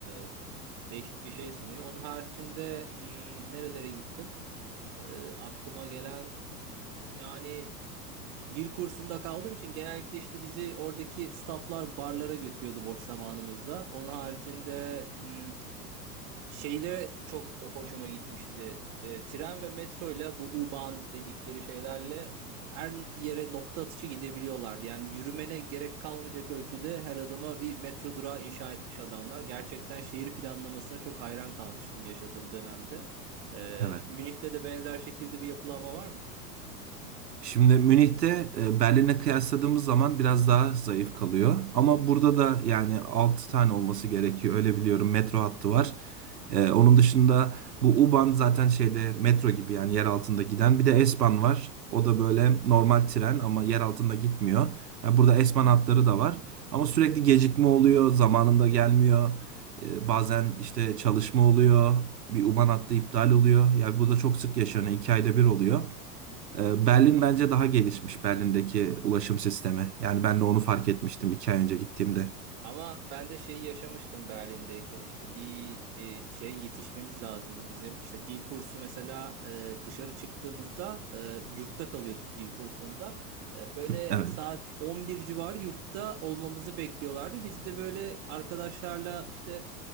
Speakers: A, on the right (about 40°); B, on the right (about 80°).
A: E, değişik bir şey sunuyor. Onun haricinde hmm, nerelere gittim? E, aklıma gelen yani dil kursunda kaldığım için genellikle işte bizi oradaki stafflar barlara götürüyordu boş zamanımızda. Onun haricinde hmm, şeylere çok hoşuma gitmişti. E, tren ve metroyla bu U-Bahn dedikleri şeylerle her yere nokta atışı gidebiliyorlardı. Yani yürümene gerek kalmayacak ölçüde her adıma bir metro durağı inşa etmiş adamlar. Gerçekten şehir planlamasına çok hayran kalmıştım yaşadığım dönemde. E,
B: Evet.
A: Münih'te de benzer şekilde bir yapılanma var mı?
B: Şimdi Münih'te e, Berlin'e kıyasladığımız zaman biraz daha zayıf kalıyor. Ama burada da yani 6 tane olması gerekiyor. Öyle biliyorum metro hattı var. E, onun dışında bu U-Bahn zaten şeyde metro gibi yani yer altında giden. Bir de S-Bahn var. O da böyle normal tren ama yer altında gitmiyor. Ya burada S-Bahn hatları da var. Ama sürekli gecikme oluyor. Zamanında gelmiyor. E, bazen işte çalışma oluyor. Bir U-Bahn hattı iptal oluyor. Yani bu da çok sık yaşanıyor. 2 ayda bir oluyor. Ee, Berlin bence daha gelişmiş Berlin'deki ulaşım sistemi. Yani ben de onu fark etmiştim iki ay önce gittiğimde.
A: Ama ben de şeyi yaşamıştım Berlin'deyken işte bir e, şey yetişmemiz lazımdı. Bizim işte dil kursu mesela e, dışarı çıktığımızda e, yurtta kalıyorduk dil kursunda. E, böyle
B: Evet.
A: saat 11 civarı yurtta olmamızı bekliyorlardı. Biz de böyle arkadaşlarla işte